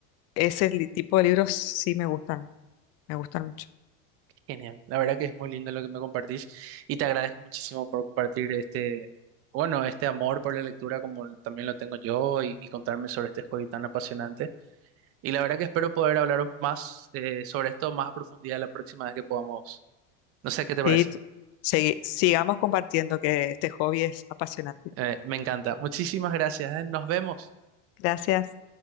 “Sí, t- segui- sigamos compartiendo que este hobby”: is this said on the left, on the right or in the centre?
Left